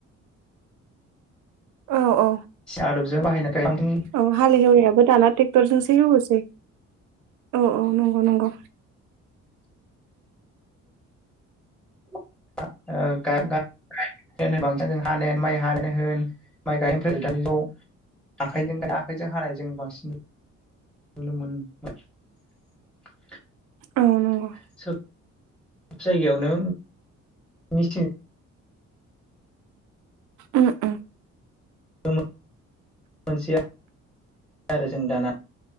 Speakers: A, on the right; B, in the centre.
A: औ औ
B: आदबजों बाहायना बांसिन
A: औ हालेवहोनायाबो दाना ट्रेक्टरजोंसो एवहोसै। औ औ नंगौ नंगौ।
B: <unintelligible>
A: औ नंगौ
B: <unintelligible> जायगायावनो मेसिन।
A: उम उम।
B: <unintelligible> आरो जों दाना